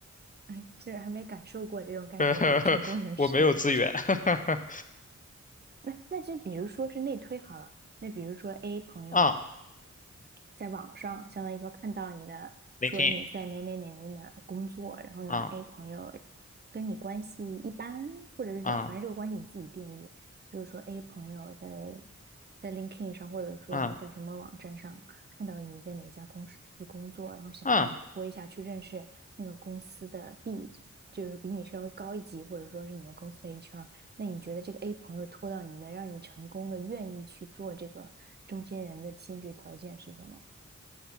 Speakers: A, on the right (about 35°); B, on the left (about 25°).
A: 哎是还没感受过这种感觉是吧？
B: <laughs>
A: 成功人士的感觉。
B: 我没有资源。<laughs>
A: 那那就比如说是内推好了，那比如说 A 朋友
B: 啊
A: 在网上，相当于说看到你的，
B: l
A: 说你在哪哪哪哪哪儿工作，
B: i n k i n
A: 然后呢，A
B: 啊
A: 朋友跟你关系一般，或者是怎么，
B: 啊
A: 反正这个关系你自己定义，就是说 A 朋友在在 LinkedIn 上，或者说是在什么网站上看到你在哪家公司工作，
B: 啊
A: 然后想让你拖一下去认识那个公司的
B: 啊！嗯
A: B，就是比你稍微高一级，或者说是你们公司的 HR。那你觉得这个 A 朋友拖到你能让你成功的愿意去做这个中间人的先决条件是什么？